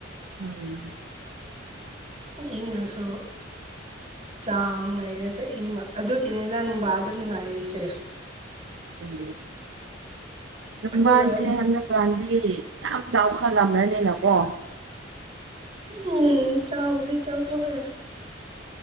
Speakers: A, on the right; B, on the right.
A: ꯎꯝ
B: ꯏꯪꯔꯁꯨ ꯆꯥꯡ ꯂꯩꯔꯒ ꯏꯪꯕ ꯑꯗꯨꯒꯤꯅꯤꯗ ꯅꯨꯡꯕꯥꯗ ꯅꯨꯡꯉꯥꯏꯔꯤꯁꯦ
A: ꯎꯝ ꯅꯨꯡꯕꯥꯁꯦ
B: ꯑꯗꯨꯒ
A: ꯍꯟꯗꯛ ꯥꯀꯥꯟꯗꯤ ꯌꯥꯝ ꯆꯥꯎꯈꯠꯂꯝꯔꯅꯤꯅꯀꯣ
B: ꯎꯝ ꯆꯥꯕꯂꯤ ꯆꯥꯊꯣꯛ ꯑꯦ